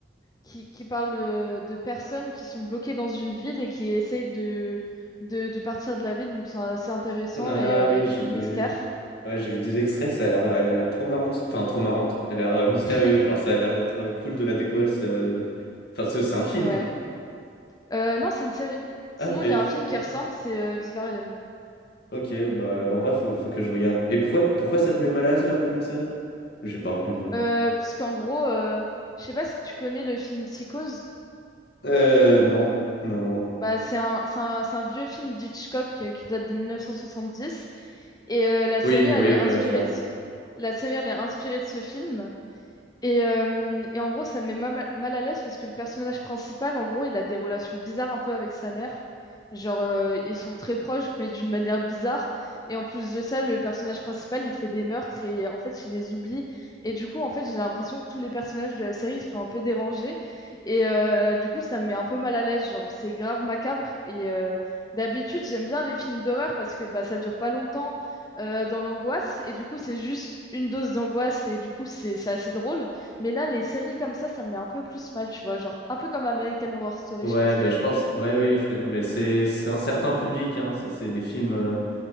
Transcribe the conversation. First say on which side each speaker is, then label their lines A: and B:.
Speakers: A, on the left; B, on the left.
A: qui, qui parle de, de personnes qui sont bloquées dans une ville et qui essayent de, de, de partir de la ville, donc c'est assez intéressant
B: Ah
A: et euh,
B: oui,
A: il y a beaucoup
B: j'ai vu.
A: de mystères.
B: Ouais, j'ai vu des extraits, ça a l'air, elle a l'air trop marrante. Enfin, trop marrante. Elle a l'air euh, mystérieuse,
A: <laughs>
B: genre ça a l'air d'être euh, cool de la découvrir. ce- Enfin, ce- c'est un film.
A: Ouais. Euh, non, c'est une série. Sinon,
B: Ah ok,
A: il y a un film
B: ok.
A: qui ressemble, c'est euh, Vivarium.
B: Ok, bah en vrai, faut, faut que je regarde. Et pourquoi, pourquoi ça te met mal à l'aise la première série? J'ai pas retenu le nom.
A: Euh, parce qu'en gros, euh, je sais pas si tu connais le film Psychose.
B: Euh, non, non, non.
A: Bah, c'est un, c'est un, c'est un vieux film d'Hitchcock euh, qui date de 1970. Et euh, la série,
B: Oui,
A: elle
B: oui,
A: est
B: ok,
A: inspirée
B: je vois.
A: de... La série, elle est inspirée de ce film. Et, euh, et en gros, ça me met ma- mal à l'aise parce que le personnage principal, en gros, il a des relations bizarres un peu avec sa mère. Genre, euh, ils sont très proches, mais d'une manière bizarre. Et en plus de ça, le personnage principal, il fait des meurtres et en fait, il les oublie. Et du coup, en fait, j'ai l'impression que tous les personnages de la série, ils se font un peu déranger. Et euh, du coup, ça me met un peu mal à l'aise. Genre, c'est grave macabre. Et euh, d'habitude, j'aime bien les films d'horreur parce que bah, ça dure pas longtemps euh, dans l'angoisse. Et du coup, c'est juste une dose d'angoisse et du coup, c'est c'est assez drôle. Mais là, les séries comme ça, ça me met un peu plus mal, tu vois. Genre, un peu comme American Horror Story,
B: Ouais,
A: je sais pas si
B: ben
A: tu
B: je
A: connais.
B: pense, ouais, oui, je connais, mais c'est c'est un certain public, hein. Ça, c'est des films euh,